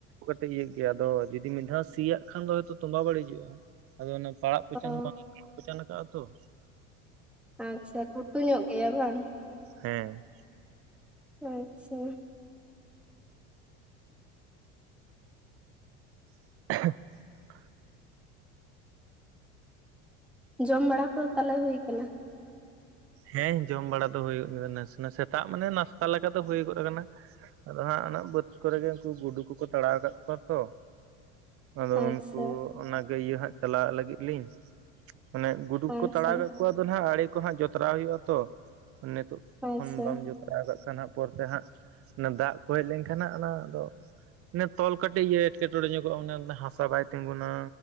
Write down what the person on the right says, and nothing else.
ᱠᱟᱛᱤᱡ ᱤᱭᱟᱹ ᱜᱮᱭᱟ ᱟᱫᱚ ᱡᱩᱫᱤ ᱢᱤᱫ ᱫᱷᱟᱣ ᱥᱤᱭᱟᱜ ᱠᱷᱟᱱ ᱫᱚ ᱦᱚᱭᱛᱚ ᱛᱚᱵᱟ ᱵᱟᱹᱲᱤᱡᱩᱜ-ᱟ ᱟᱫᱚ ᱚᱱᱟ ᱯᱟᱲᱟᱜ ᱯᱚᱪᱷᱟᱱ
ᱦᱚᱸ ᱵᱟᱝ ᱤᱧ ᱯᱚᱪᱟᱱ ᱠᱟᱜ-ᱟ ᱛᱚ <inaudible>
ᱦᱮᱸ
<inaudible>
ᱦᱮᱸ ᱡᱚᱢ ᱵᱟᱲᱟ ᱫᱚ ᱦᱩᱭᱩᱜᱮ ᱱᱟᱥᱮᱱᱟ ᱥᱮᱛᱟᱜ ᱢᱟᱱᱮ ᱱᱟᱥᱛᱟ ᱞᱮᱠᱟ ᱫᱚ ᱦᱩᱭᱜᱚᱫ ᱟᱠᱟᱱᱟ ᱟᱫᱚ ᱦᱟᱸᱜ ᱚᱱᱟ ᱵᱟᱹᱫᱽ ᱠᱚᱨᱮ ᱜᱮ ᱩᱱᱠᱩ ᱜᱩᱰᱩ ᱠᱩᱠᱚ ᱛᱟᱲᱟᱣ ᱟᱠᱟᱫ ᱠᱚᱣᱟ ᱛᱚ ᱟᱫᱚ
ᱩᱱᱠᱩ ᱚᱱᱟᱜᱮ ᱤᱭᱟᱹ ᱦᱟᱸᱜ ᱪᱟᱞᱟᱜ ᱞᱟᱹᱜᱤᱫ ᱞᱤᱧ ᱚᱱᱮ ᱜᱩᱰᱩ
ᱠᱚ ᱛᱟᱲᱟᱣ ᱠᱮᱜ ᱠᱚᱣᱟ ᱟᱫᱚ ᱦᱟᱜ ᱟᱲᱤ ᱠᱚ ᱦᱟᱜ ᱡᱚᱛᱨᱟᱣ ᱦᱩᱭᱩᱜ-ᱟ ᱛᱚ ᱱᱤᱛᱚᱜ
ᱠᱷᱚᱱ ᱵᱟᱢ ᱡᱩᱛ ᱡᱚᱛᱨᱟ ᱟᱨᱵᱟ ᱠᱷᱟᱱ ᱦᱟᱸᱜ ᱯᱚᱨᱛᱮ ᱦᱟᱸᱜ ᱚᱱᱟ ᱫᱟᱜ ᱠᱚ ᱦᱮᱡ ᱞᱮᱱᱠᱷᱟᱱ ᱦᱟᱸᱜ ᱚᱱᱟ ᱫᱚ ᱤᱱᱟᱹ ᱛᱚᱞ ᱠᱟᱹᱴᱤᱡ ᱤᱭᱟᱹ ᱮᱸᱴᱠᱮᱴᱚᱲᱮ ᱧᱚᱜᱚᱜ-ᱟ ᱚᱱᱮ ᱦᱟᱥᱟ ᱵᱟᱭ ᱛᱤᱸᱜᱩᱱᱟ